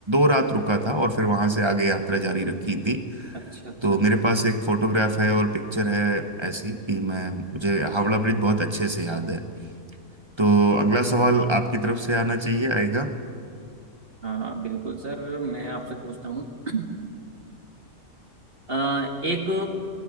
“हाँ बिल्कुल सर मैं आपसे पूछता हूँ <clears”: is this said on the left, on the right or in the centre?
Right